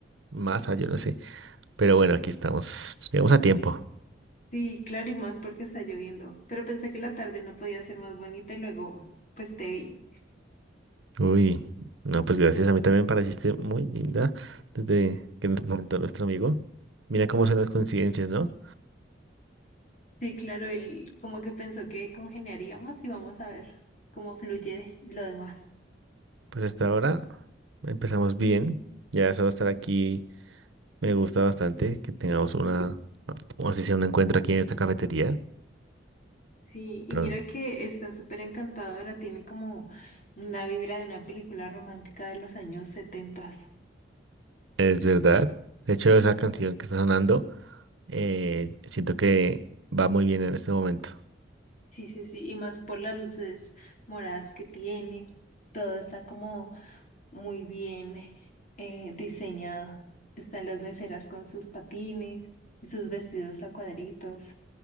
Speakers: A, on the right (about 85°); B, on the left (about 40°).
A: masa, yo no sé. Pero bueno, aquí estamos. Llegamos a tiempo.
B: Sí, claro, y más porque está lloviendo. Pero pensé que la tarde no podía ser más bonita y luego, pues te vi.
A: Uy, no, pues gracias. A mí también me pareciste muy linda desde que nos presentó nuestro amigo. Mira cómo son las coincidencias, ¿no?
B: Sí, claro, él como que pensó que congeniaríamos y vamos a ver cómo fluye lo demás.
A: Pues hasta ahora empezamos bien. Ya solo estar aquí. Me gusta bastante que tengamos una, o así sea, un encuentro aquí en esta cafetería,
B: Sí, y
A: pero
B: mira que está súper encantadora, tiene como una vibra de una película romántica de los años setentas.
A: es verdad. De hecho, esa canción que está sonando, eh, siento que va muy bien en este momento.
B: Sí, sí, sí, y más por las luces moradas que tiene, todo está como muy bien eh, diseñado. Están las meseras con sus patines y sus vestidos a cuadritos.